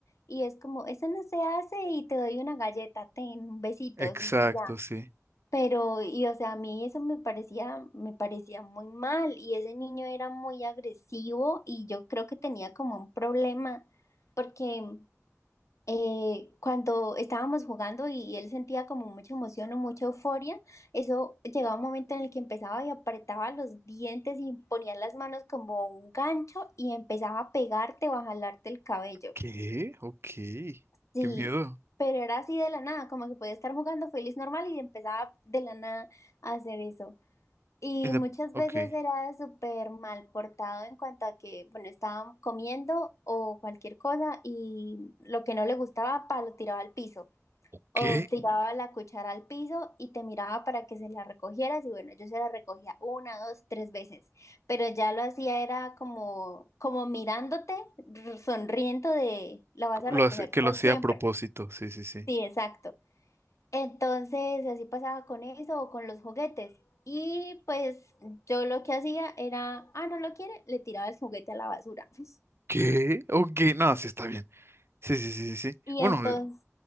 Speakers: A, on the left; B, on the right.
A: y es como, eso no se hace y te doy una galleta, ten besitos
B: Exacto,
A: y, y ya.
B: sí.
A: Pero, y o sea, a mí eso me parecía, me parecía muy mal y ese niño era muy agresivo y yo creo que tenía como un problema porque eh, cuando estábamos jugando y él sentía como mucha emoción o mucha euforia, eso llegaba un momento en el que empezaba y apretaba los dientes y ponía las manos como un gancho y empezaba a pegarte o a jalarte el cabello.
B: ¿Qué? Ok.
A: Sí,
B: Qué miedo.
A: pero era así de la nada, como que podía estar jugando feliz normal y empezaba de la nada a hacer eso. Y
B: En la-
A: muchas
B: Ok.
A: veces era súper mal portado en cuanto a que, bueno, estaban comiendo o cualquier cosa y lo que no le gustaba, pa, lo tiraba al piso. O
B: ¿Qué?
A: tiraba la cuchara al piso y te miraba para que se la recogieras y bueno, yo se la recogía una, dos, tres veces. Pero ya lo hacía era como, como mirándote, r- sonriendo de, la vas a
B: Lo
A: recoger
B: hace- que
A: por
B: lo hacía
A: siempre.
B: a propósito. Sí, sí, sí.
A: Sí, exacto. Entonces, así pasaba con eso o con los juguetes. Y pues yo lo que hacía era, ah, no lo quiere, le tiraba el juguete a la basura. <laughs>
B: ¿Qué? Ok. No, sí está bien. Sí, sí, sí, sí, sí.
A: Y
B: Bueno,
A: entonces,
B: eh,